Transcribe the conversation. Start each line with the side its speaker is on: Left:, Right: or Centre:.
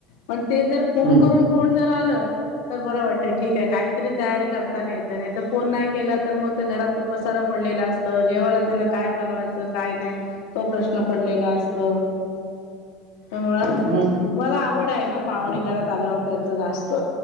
Left: पण ते जर फोन
Right: हम्म हम्म
Left: करून कोण जर आलं तर बरं वाटतंय, ठीक आहे काहीतरी तयारी करताना येते, नाही तर फोन नाही केला तर मग ते घरात तो पसारा पडलेला असतं, जेवायला त्यांना काय बनवायचं, काय नाही तो प्रश्न पडलेला असतं. तमुळात,
Right: हम्म.
Left: मला आवड आहे ना पाहुणे घरात आल्यावर त्यांचं जास्त